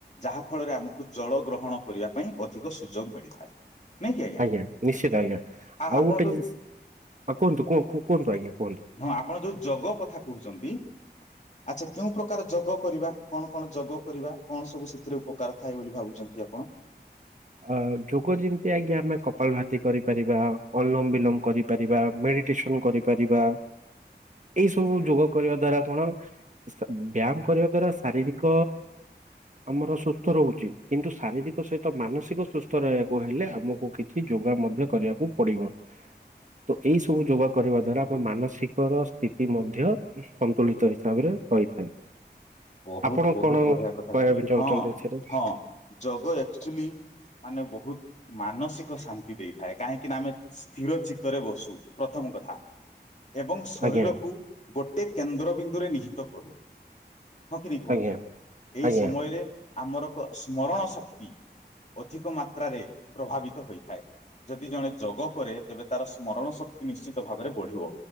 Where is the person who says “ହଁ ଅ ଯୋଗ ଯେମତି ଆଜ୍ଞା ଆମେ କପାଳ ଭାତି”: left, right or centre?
Right